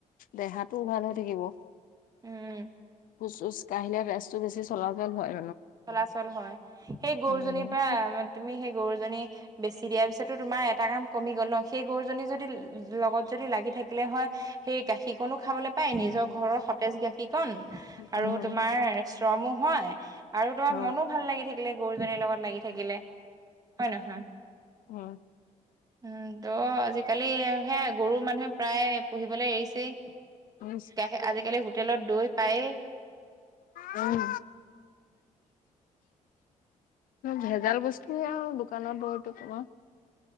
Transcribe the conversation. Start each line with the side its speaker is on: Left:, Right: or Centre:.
Left: দেহাটোও ভাল হৈ থাকিব।
Right: উম।
Left: খোজ চোজ কাঢ়িলে তেজটো বেছি চলাচল হয়।
Right: চলাচল হয় সেই গৰুজনীৰ
Left: উম।
Right: পৰা তুমি সেই গৰুজনী বেছি দিয়াআছে তোমাৰ এটা কাম কমি গ'ল ন, সেই গৰুজনী যদি লগত যদি লাগি থাকিলে হয় সেই গাখীৰকণো খাবলৈ পাই, নিজৰ ঘৰৰ সতেজ গাখীৰ কি কন আৰু
Left: উম।
Right: তোমাৰ শ্ৰমো হয় আৰু তোমাৰ
Left: হয়
Right: মনো ভাল লাগি থাকি লে গৰুজনীৰ লগত লাগি থাকিলে হয় নহয়?
Left: হয়
Right: উম ত আজিকালি সেয়া গৰু মানুহে প্ৰায় পুহিবলৈ এৰিছেই।
Left: উম
Right: গাহ আজিকালি হোটেলত দৈ পায়েই।
Left: উম। ভেজাল বস্তুেহে আৰু দোকানত দই টো তোমাৰ।